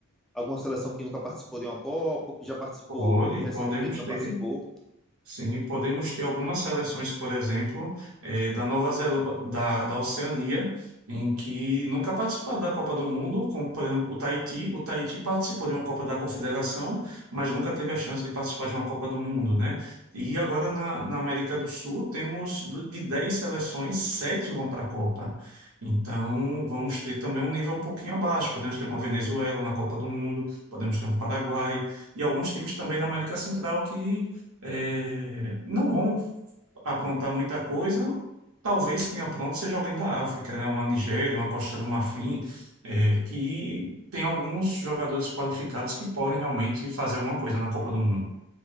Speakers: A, in the centre; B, on the right (about 80°).
A: Alguma seleção que nunca participou de uma Copa, que já participou
B: Pode,
A: e recentemente
B: podemos
A: não
B: ter.
A: participou?
B: Sim, podemos ter algumas seleções, por exemplo, eh, da Nova Zelândia da, da Oceania, em que nunca participaram da Copa do Mundo, como, por exemplo, o Tahiti. O Tahiti participou de uma Copa da Confederação, mas nunca teve a chance de participar de uma Copa do Mundo, né? E agora na, na América do Sul, temos do- de 10 seleções, 7 vão para a Copa. Então, vamos ter também um nível um pouquinho abaixo. Podemos ter uma Venezuela na Copa do Mundo, podemos ter um Paraguai e alguns times também na América Central que é, não vão aprontar muita coisa. Talvez quem apronte seja alguém da África, né? Uma Nigéria, uma Costa do Marfim, é, que tem alguns jogadores qualificados que podem realmente fazer alguma coisa na Copa do Mundo.